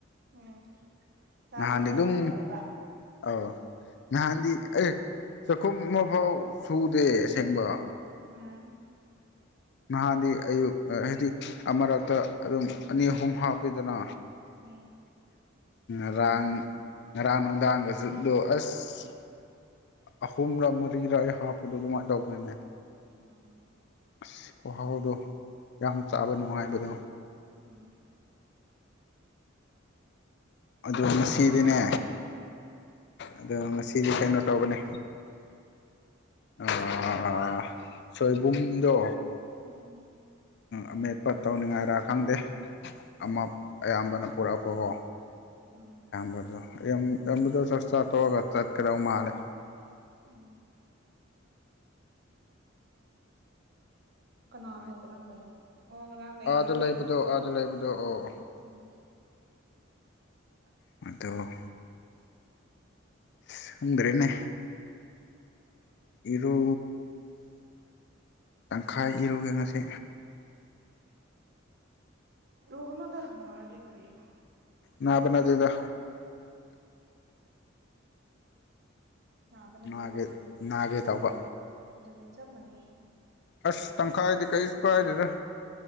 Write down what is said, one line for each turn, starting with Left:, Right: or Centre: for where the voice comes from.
Right: ꯎꯝ ꯆꯥꯗꯕꯒ
Left: ꯅꯍꯥꯟꯗꯤ ꯑꯗꯨꯝ
Right: ꯃꯥꯟꯅꯔꯦꯕ
Left: ꯑꯧ ꯅꯍꯥꯟꯗꯤ
Right: ꯎꯝ
Left: ꯑꯦ ꯆꯥꯛꯈꯨꯝ ꯑꯃꯐꯥꯎ ꯁꯨꯗꯦ ꯑꯁꯦꯡꯕ
Right: ꯎꯝ
Left: ꯅꯍꯥꯟꯗꯤ ꯑꯌꯨꯛ ꯍꯥꯏꯗꯤꯛ ꯑꯃꯔꯛꯇ ꯑꯗꯨꯝ ꯑꯅꯤ ꯑꯍꯨꯝ ꯍꯥꯞꯄꯤꯗꯅ
Right: ꯎꯝ
Left: ꯉꯔꯥꯡ ꯉꯔꯥꯡ ꯅꯨꯡꯗꯥꯡꯒꯁꯨꯗꯣ ꯑꯁ ꯑꯍꯨꯝꯔꯛ ꯃꯔꯤꯔꯛ ꯑꯩ ꯍꯥꯞꯄꯗꯣ ꯑꯗꯨꯃꯥꯏꯟ ꯇꯧꯗꯣꯏꯅꯦ
Right: ꯎꯝ
Left: ꯑꯁ ꯈꯍꯥꯎꯗꯣ ꯌꯥꯝ ꯆꯥꯕ ꯅꯨꯡꯉꯥꯏꯕꯗꯣ
Right: ꯎꯝ
Left: ꯑꯗꯨ ꯉꯁꯤꯗꯤꯅꯦ
Right: ꯌꯥꯝ ꯍꯥꯎ ꯎꯝ
Left: ꯑꯗꯣ ꯉꯁꯤꯗꯤ ꯀꯩꯅꯣ ꯇꯧꯒꯅꯤ ꯑꯥ ꯁꯣꯏꯕꯨꯝꯗꯣ
Right: ꯎꯝ
Left: ꯑꯃꯦꯠꯄ ꯇꯧꯅꯤꯡꯉꯥꯏꯔ ꯈꯪꯗꯦ
Right: ꯑꯥ ꯎꯝ
Left: ꯑꯃ ꯑꯌꯥꯝꯕꯅ ꯄꯨꯔꯛ ꯀꯣ
Right: ꯎꯝ
Left: ꯑꯌꯥꯝꯕꯗꯣ ꯑꯌꯥꯝ ꯑꯌꯥꯝꯕꯗꯣ ꯆꯥꯛ ꯆꯥ ꯇꯣꯛꯔꯒ ꯆꯠꯀꯗꯧ ꯃꯥꯜꯂꯦ
Right: ꯎꯝ ꯀꯅꯥꯅꯣ
Left: ꯑꯗꯨꯃꯥꯏꯅ
Right: ꯀꯔꯝꯕꯅꯣ ꯑꯣ ꯉꯔꯥꯡ ꯂꯩ
Left: ꯑꯥꯗ
Right: ꯍꯥꯏꯕꯗꯨꯔꯣ
Left: ꯂꯩꯕꯗꯣ ꯑꯥꯗ ꯂꯩꯕ ꯇꯣ ꯑꯣ
Right: ꯎꯝ <inaudible>
Left: ꯑꯗꯣ ꯑꯁ ꯈꯪꯗ꯭ꯔꯦꯅꯦ ꯏꯔꯨ ꯇꯪꯈꯥꯏ ꯏꯔꯨꯒꯦ ꯉꯁꯤ
Right: ꯂꯨꯒꯥꯅꯨꯗ ꯅꯔꯥꯗꯤ ꯀꯥꯔꯤꯅꯣ
Left: ꯅꯥꯕ ꯅꯠꯗꯦꯗꯥ
Right: ꯅꯕꯥ ꯅꯠꯇꯦ
Left: ꯅꯥꯒꯦ
Right: ꯀꯔꯤ ꯑꯗꯨꯗꯤ
Left: ꯅꯥꯒꯦ ꯇꯧꯕ
Right: ꯑꯗꯨꯅꯦ ꯆꯞ ꯃꯟꯅꯩꯌꯦ
Left: ꯑꯁ ꯇꯪꯈꯥꯏꯗꯤ ꯀꯩꯁꯨ ꯀꯥꯏꯗꯦꯗ